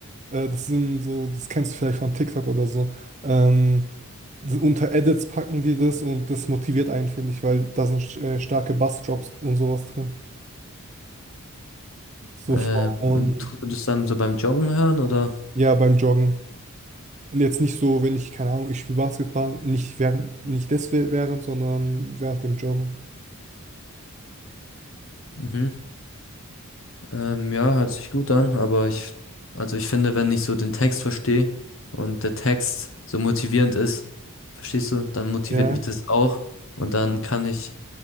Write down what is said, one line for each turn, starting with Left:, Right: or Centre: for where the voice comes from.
Right: Äh, das sind so, das kennst du vielleicht von TikTok oder so. Ähm, d- unter Edits packen die das und das motiviert einen, finde ich, weil da sind äh, starke Bassdrops und sowas drin. So
Left: äh,
Right: von,
Left: und tust du das dann so beim Joggen hören oder?
Right: ja, beim Joggen. Und jetzt nicht so, wenn ich, keine Ahnung, ich spiele Basketball, nicht während, nicht des während, sondern während dem Joggen.
Left: Mhm. Ähm, ja, hört sich gut an, aber ich, also ich finde, wenn ich so den Text verstehe und der Text so motivierend ist, verstehst du, dann motiviert
Right: Ja.
Left: mich das auch und dann kann ich,